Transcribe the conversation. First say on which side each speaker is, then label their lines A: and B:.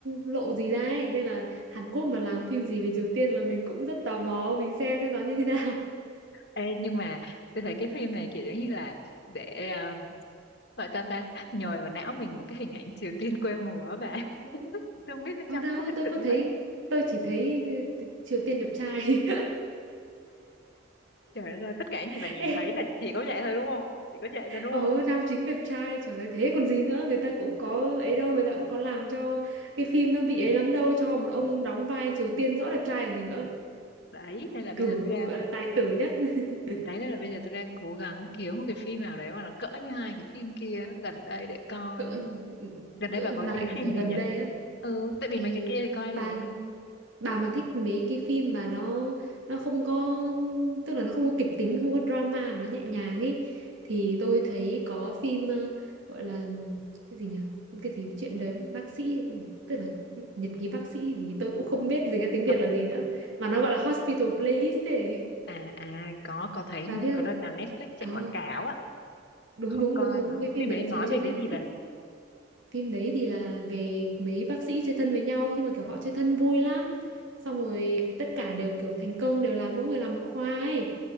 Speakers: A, on the right (about 85°); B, on the left (about 60°).
A: lộ gì ra ấy nên là Hàn Quốc mà làm phim gì về Triều Tiên là mình cũng rất tò mò mình xem xem nó như thế nào
B: Ê, nhưng mà tôi thấy cái phim này kiểu giống như là để ờ, gọi ta ta nhồi vào não mình một cái hình ảnh Triều Tiên quê mùa á bà <laughs> tôi không
A: <laughs>
B: biết bên
A: ở
B: trong
A: đâu
B: nó có thực
A: tôi
B: sự
A: có
B: như
A: thấy
B: vậy không
A: tôi chỉ thấy ừ, Triều Tiên đẹp trai
B: trời đất ơi tất cả những
A: <laughs>
B: gì bà nhìn
A: Ê,
B: thấy là chỉ có vậy thôi đúng không chỉ có vậy thôi đúng
A: Ừ,
B: không
A: nam chính đẹp trai trời ơi, thế còn gì nữa người ta cũng có ấy đâu người ta cũng có làm cho cái phim nó bị ấy lắm đâu cho một ông đóng vai Triều Tiên rõ đẹp trai còn gì nữa
B: đấy nên là bây
A: cử
B: giờ tôi đang
A: gọi là tài tử nhất <laughs>
B: đấy nên là bây giờ tôi đang cố gắng kiếm một cái phim nào đấy mà nó cỡ như hai cái phim kia gần đây để coi
A: cỡ
B: gần đây
A: cỡ
B: bà có
A: mà
B: thấy
A: lại
B: cái
A: còn
B: phim
A: phải
B: gì
A: gần
B: nhỉ
A: đây á
B: ừ tại vì
A: Ê,
B: mấy cái kia thì coi
A: bà
B: rồi
A: bà mà thích mấy cái phim mà nó nó không có tức là nó không có kịch tính không có drama mà nó nhẹ nhàng ấy thì tôi thấy có phim ờ, gọi là cái gì nhỉ cái gì chuyện đời bác sĩ hay cái gì tức là cái nhật ký bác sĩ gì tôi cũng không biết gì cái tiếng Việt
B: à
A: là gì nữa mà nó gọi là Hospital Playlist ấy
B: à, à có có thấy hình
A: bà biết
B: như có
A: không
B: đợt nào Netflix chạy
A: ờ
B: quảng cáo á
A: đúng
B: không
A: đúng
B: coi
A: đúng đúng
B: lắm
A: cái phim
B: phim
A: đấy
B: đấy nói
A: chiếu trên
B: về
A: Netflix
B: cái gì bà
A: phim đấy thì là về mấy bác sĩ chơi thân với nhau nhưng mà kiểu họ chơi thân vui lắm xong rồi tất cả đều kiểu thành công đều làm mỗi người làm một khoa ấy